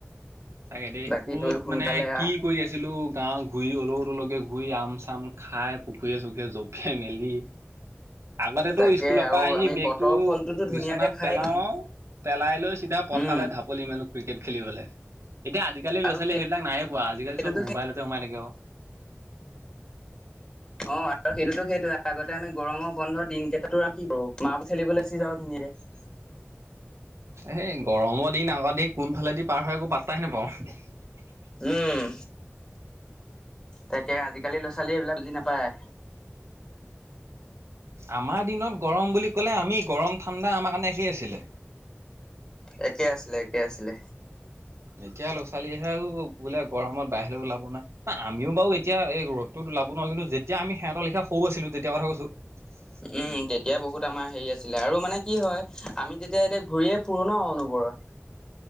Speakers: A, on the right (about 80°); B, on the left (about 20°).
A: সচাকে দেই।
B: বাকী
A: ক'ত
B: তই সোনকালে
A: মানে কি
B: আহ
A: কৰি আছিলো, গাৱ ঘূৰি অলৌ- তলৌকে ঘূৰি ঘূৰি আম- চাম খাই, পুখুৰীয়ে চুখুৰীয়ে জপিয়াই মেলি আগতেটো
B: তাকে
A: স্কুলৰ
B: আৰু
A: পৰা আহি
B: আমি
A: বেগটো
B: বতৰৰ ফলটোতো ধুনীয়াকে
A: বিচনাত
B: খাই
A: পেলাও
B: দিওঁ
A: আও পেলাই লৈ চিধা পথাৰলে
B: উম,
A: ঢাপলি মেলো, ক্ৰিকেট খেলিবলে। এতিয়া আজিকালি ল'-ছোৱালী
B: আৰু সেই
A: সেইবিলাক নাইয়ে পোৱা, আজিকালি
B: সেইটোতো
A: চব মোবাইলতে
B: সেই
A: সোমাই থাকে অ'।
B: অ'। আৰু সেইটোতো সেইটোয়ে, আগতে আমি গৰমৰ বন্ধ দিনকেইটাত তোৰ কি কৰো, মা <unintelligible> খেলিবলে যাও। গুচি যাও ধুনীয়াকে।
A: এই গৰমৰ দিন আগত দি, কোনফালেদি পাৰ হয় একো পাৰ হয় একো পাত্তাই নাপাওঁ।
B: উম। তাকে আজিকালি ল'-ছালীয়ে এইবিলাক বুজি নাপায়।
A: আমাৰ দিনত গৰম বুলি ক'লে, আমি গৰম -ঠাণ্ডা আমাৰ কাৰণে একেই আছিলে।
B: একে আছিলে একে আছিলে
A: এতিয়া ল'ৰা ছোৱালীহেও বোলে গৰমত বাহিৰে ওলাব নাই ন আমিও বাৰু এতিয়া এই ৰ'দতটো ওলাব নোৱাৰো কিন্তু যেতিয়া আমি সিহঁতৰ লেখীয়া সৰু আছিলো তেতিয়া কথা কৈছো।
B: উম তেতিয়া বহুত আমাৰ হেৰি আছিলে আৰু মানে কি হয় আমি তেতিয়া এতিয়া ঘূৰিয়ে ফুৰো ন অনবৰ হয়